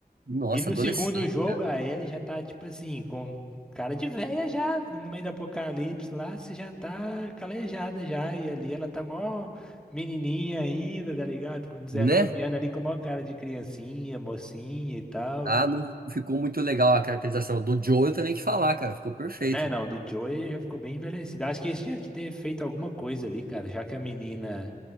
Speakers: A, on the right (about 65°); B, in the centre.
A: Nossa,
B: E no
A: adolescente,
B: segundo jogo,
A: cara.
B: a Ellie já tá, tipo assim, com cara de véia já, no meio do apocalipse lá, você já tá calejada já. E ali ela tá mó menininha ainda, tá ligado? Com 19
A: Né?
B: anos ali, com a maior cara de criancinha, mocinha e tal.
A: Ah, não ficou muito legal a caracterização do Joe, eu tenho nem que falar, cara, ficou perfeito.
B: Né, não, do Joey já ficou bem envelhecido. Acho que eles tinha que ter feito alguma coisa ali, cara, já que a menina